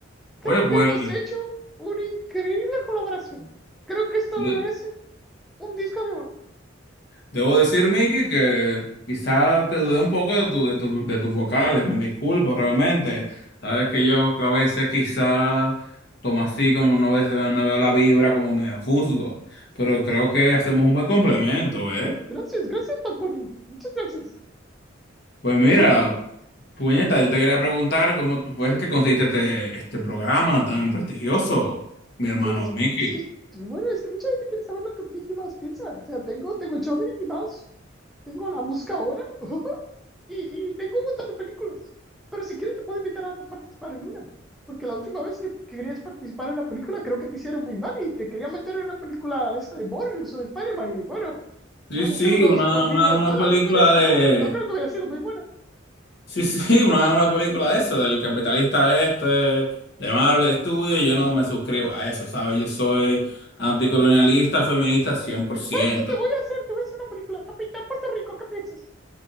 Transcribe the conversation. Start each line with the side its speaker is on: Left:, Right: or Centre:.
Centre: Creo
Left: Oye, pues,
Centre: que hemos hecho una increíble colaboración. Creo que esto
Left: eh,
Centre: me merece un disco de oro.
Left: Debo decir, Miki, que quizá te dudé un poco de tu, de tu- de tus vocales, me disculpo realmente. Sabes que yo a veces quizá como así, como no ves- no veo la vibra, como me juzgo, pero creo que hacemos un buen complemento, ¿eh?
Centre: Gracias, gracias, Bad Bunny. Muchas gracias.
Left: Pues mira,
Centre: <laughs>
Left: puñeta, yo te quería preguntar cómo tú- fue que conseguiste este, este programa tan prestigioso, mi
Centre: Es
Left: hermano
Centre: que es,
Left: Miki.
Centre: es que, pues, bueno, es que mucha gente quiere saber lo que Mickey Mouse piensa. O sea, tengo, tengo el show de Mickey Mouse, tengo la música ahora <laughs> y, y tengo un montón de películas. Pero si quieres te puedo invitar a participar en una. Porque la última vez que, que querías participar en una película creo que te hicieron muy mal y te querían meter en una película de esa de Morbius o de Spider-Man y bueno,
Left: Sí,
Centre: ibas
Left: sí,
Centre: a hacer unos
Left: una,
Centre: morbillion
Left: una, una
Centre: dólares,
Left: película
Centre: pero
Left: de
Centre: <laughs> no creo que hubiera sido muy buena.
Left: Sí, sí, <laughs> una, una película de eso, del capitalista este, de Marvel Studios, yo no me suscribo a eso, ¿sabes? Yo soy anticolonialista, feminista cien por ciento
Centre: ¿Sabes qué te voy a hacer? Te voy a hacer una película, Capitán Puerto Rico, ¿qué piensas?